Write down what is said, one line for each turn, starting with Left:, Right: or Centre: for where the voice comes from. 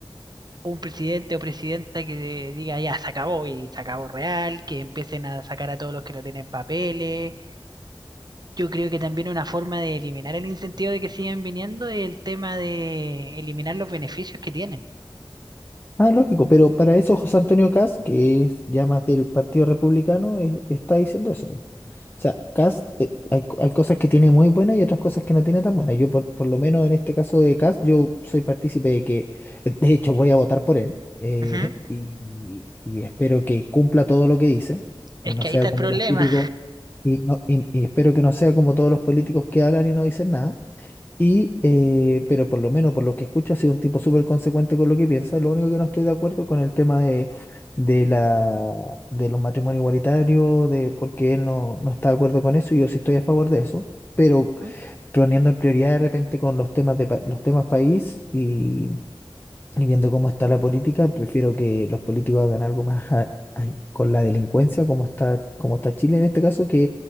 Right: un presidente o presidenta que diga ya se acabó y se acabó real, que empiecen a sacar a todos los que no tienen papeles Yo creo que también una forma de eliminar el incentivo de que sigan viniendo es el tema de eliminar los beneficios que tienen.
Left: Ah, lógico, pero para eso José Antonio Kast, que es ya más del Partido Republicano, eh, está diciendo eso. sea, Cast, eh, hay, co- hay cosas que tiene muy buenas y otras cosas que no tiene tan buenas. Yo, por, por lo menos en este caso de Cast, yo soy partícipe de que, de hecho, voy a votar por él eh,
Right: Ujú.
Left: <laughs> y, y espero que cumpla todo lo que dice
Right: Es
Left: y no
Right: que
Left: sea
Right: ahí está el
Left: como
Right: problema.
Left: los típicos, y, no, y, y espero que no sea como todos los políticos que hablan y no dicen nada. Y, eh, pero por lo menos por lo que escucho, ha sido un tipo súper consecuente con lo que piensa. Lo único que no estoy de acuerdo con el tema de, de la, de los matrimonios igualitarios, de porque él no, no está de acuerdo con eso y yo sí estoy a favor de eso. Pero
Right: Ujú.
Left: poniendo en prioridad de repente con los temas de pa- los temas país y, y viendo cómo está la política, prefiero que los políticos hagan algo más a- ay, con la delincuencia, como está, como está Chile en este caso,